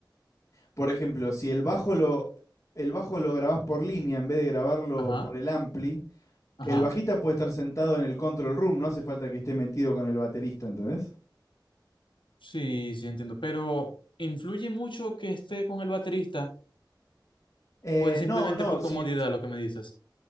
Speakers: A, on the left; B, on the left.
A: por ejemplo, si el bajo lo el bajo lo grabás por línea en vez de grabarlo
B: Ajá,
A: por el ampli,
B: ajá,
A: El bajista puede estar sentado en el control room, no hace falta que esté metido con el baterista, ¿entendés?
B: sí, sí entiendo. Pero, ¿influye mucho que esté con el baterista
A: Eh,
B: o es simplemente
A: no, no,
B: por
A: si,
B: comodidad lo que me dices?